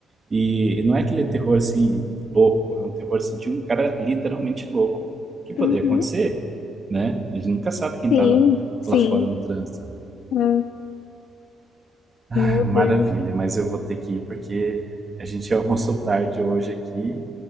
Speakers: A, on the right; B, on the left.
A: E, e não é aquele terror assim louco, é um terror assim, de um cara literalmente louco que poderia
B: Uhum.
A: acontecer, né? A gente nunca sabe quem
B: Sim,
A: tá na-
B: sim.
A: lá fora no trânsito.
B: Ah,
A: Ah,
B: meu
A: maravilha,
B: Deus.
A: mas eu vou ter que ir porque a gente almoçou tarde hoje aqui